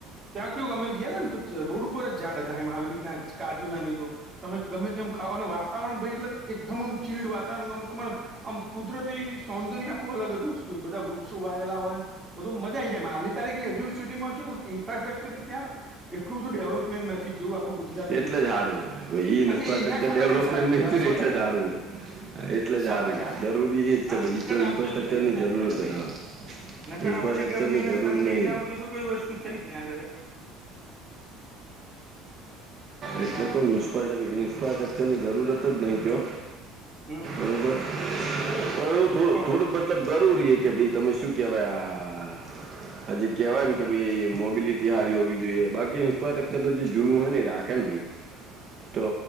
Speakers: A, on the right (about 15°); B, on the right (about 30°).
A: ત્યાં કેવું અમે ગયા ને રોડ ઉપર જ ઝાડ હતા એમાં આવી રીતના કાજુ ના નહી તો તમે ગમે તેમ ખાવઓ અને વાતાવરણ ભાઈ એટલે એકદમમ ચીલ્ડ વાતાવરણમ તમારે આમ કુદરતી સૌંદર્ય આખું અલગ જ, વસ્તુ એ બધા વૃક્ષો વાયેલા હોય ને બધ મા આવી જાય હાલની તારીખને હજુ સુધીમાં શું ઇન્ફ્રાસ્ટ્રક્ચર એટલું બધું ડેવલપ નથી જેવું આપડું ગુજરાત નયું
B: એટલે જ સારું હોય ભાઈ ઇન્ફ્રાસ્ટ્રક્ચર
A: અને એ હના ખાના
B: ડેવલપમેન્ટ
A: જ સારું છે,
B: નહીં
A: વાસવા
B: થયું
A: ટકા
B: ને એટલે જ સારું હોય એટલે જ
A: સો
B: સારું
A: ટકા
B: હોય જરૂરી એ જ છે
A: હા
B: ભાઈ
A: નક તો આટલું
B: ઇન્ફ્રાસ્ટ્રક્ચરની
A: બધું થઈ જ નાે
B: જરૂરત
A: ને
B: હે
A: ભાઈ
B: હા
A: આવી
B: ઇન્ફ્રાસ્ટ્રક્ચરની
A: બધી ગરમી ને
B: જરૂર
A: ઠંડીને
B: નહીં
A: બધું તો કોઈ વસ્તુ થઈ જ ના
B: એટલે કોઈ ઇન્ફ્રાસ્ટ્રકચર ની જરૂરત જ નથી આપી
A: હમ્મ
B: બર પણ એવું થોડું
A: ટકા
B: થોડું મતલબ જરૂરી છે, કે ભાઈ તમે શું કેહેવાય આ આ જે કેવાય ને કે ભ મોબિલિટી સારી હોવી જોઈએ બાકી ઇન્ફ્રાસ્ટ્રક્ચર તો જે જૂનું હો ને રાખ કે ભાઈ તો